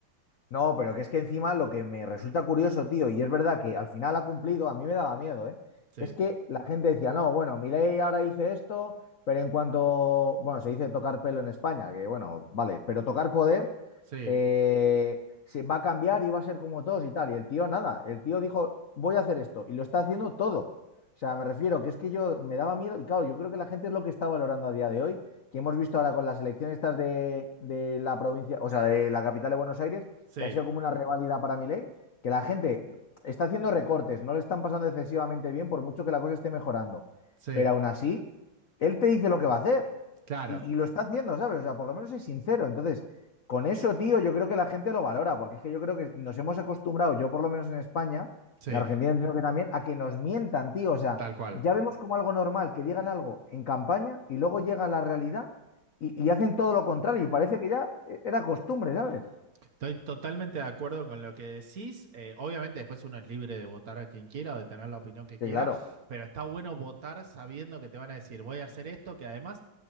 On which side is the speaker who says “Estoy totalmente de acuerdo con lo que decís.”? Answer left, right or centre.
Right